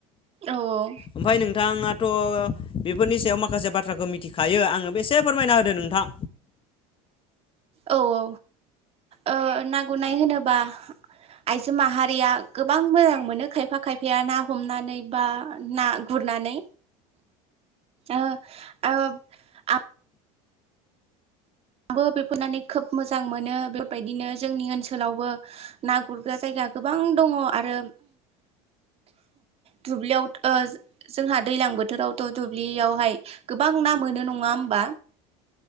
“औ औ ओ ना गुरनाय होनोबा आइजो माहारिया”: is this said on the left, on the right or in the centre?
Right